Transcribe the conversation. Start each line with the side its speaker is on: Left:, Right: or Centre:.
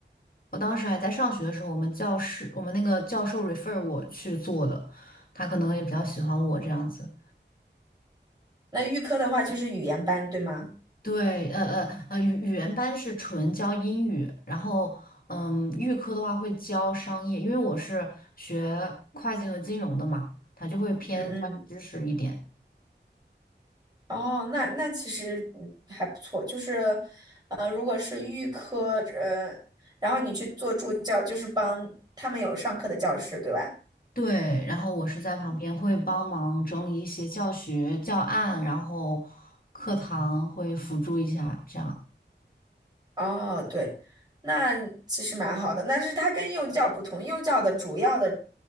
Left: 我当时还在上学的时候，我们教师我们那个教授 refer 我去做的，他可能也比较喜欢我这样子。
Right: 那预科的话就是语言班，对吗？
Left: 对，呃呃呃，语语言班是纯教英语，然后嗯，预科的话会教商业，因为我是学会计和金融的嘛，它就会偏专业知识一点。
Right: 嗯嗯，哦，那那其实嗯还不错，就是呃，如果是预科呃，然后你去做助教，就是帮他们有上课的教室，对吧？
Left: 对，然后我是在旁边会帮忙整理一些教学教案，然后课堂会辅助一下，这样
Right: 哦，对，那其实蛮好的。但是它跟幼教不同，幼教的主要的